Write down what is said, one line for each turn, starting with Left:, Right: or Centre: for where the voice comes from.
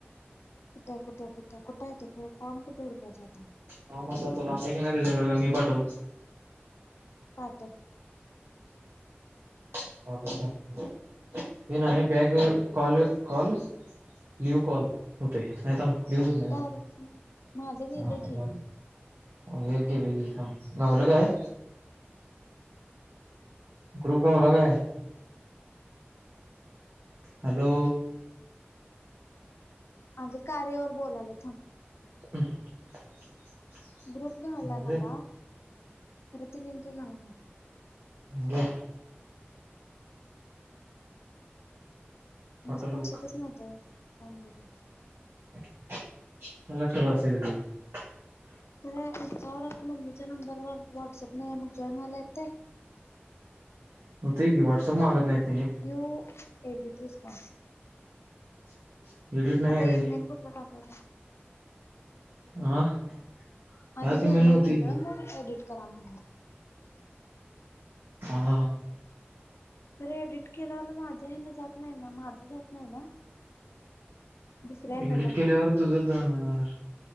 Left: कुठय कुठय कुठ कुठय येतो फॉम कु तोडप्या जाता
Right: हा माझा तुला <unintelligible> नाही तुझ्याकडे का मी पाठव
Left: पाटव
Right: हे ना back call call leave call होते नाही थांब. लिव्ह होत नाही
Left: दाब माझं
Right: थांब
Left: गेलं की.
Right: हे एक गेले की थांब गावलं काय. ग्रुप गावला काय हॅलो
Left: अग कार्य वर बोलालोय थांब.
Right: <unintelligible>
Left: ग्रुप घा
Right: झाले
Left: आलाय मला खरं त लिंक गाव ना.
Right: घ्या
Left: माझ्या
Right: हॉटेल
Left: लक्षातच
Right: बुक
Left: नव्हत हे फॉर्म भरायचा
Right: <unintelligible>
Left: रे याच्यावर आता मम्मीच्या नंबरवर व्हॉट्सअप नाही मग जॉईन व्हायला येतंय.
Right: होतंय की व्हाट्सअप मागत नाहीत
Left: यू एडिट रिस्पॉन्स.
Right: <inaudible> एडिट नाही
Left: आता
Right: रे
Left: इईमेल कुठला टाकायचा.
Right: हा ह्याच
Left: आधी भरलय
Right: ईमेल नव्हती
Left: म्हटलं
Right: की
Left: म एडिट करा म्हणलं.
Right: हा
Left: खरे एडिट केल्यावर माझ्या हे न जात नाही ना माझं जात नाही ना. दुसऱ्या ईमेलनं
Right: एडिट केल्यावर
Left: करतो थांब
Right: तुझंच जाणार.